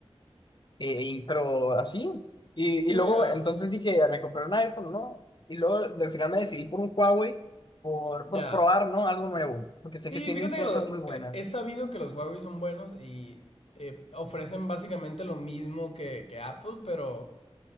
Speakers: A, on the left; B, on the left.
A: eh, y- pero así. Y,
B: Sí,
A: y luego,
B: mira,
A: entonces dije, "Ah, me compré un iPhone, ¿no? Y luego, al final me decidí por un Huawei por, por
B: ya.
A: probar, ¿no? Algo nuevo. Porque sé
B: Sí,
A: que tienen
B: fíjate
A: cosas
B: que lo,
A: muy buenas.
B: eh, he sabido que los Huawei son buenos y eh, ofrecen básicamente lo mismo que, que Apple, pero